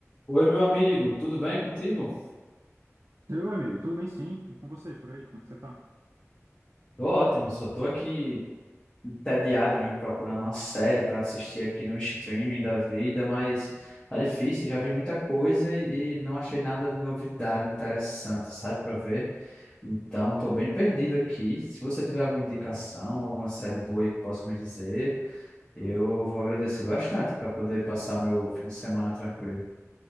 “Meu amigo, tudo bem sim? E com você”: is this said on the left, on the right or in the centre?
Right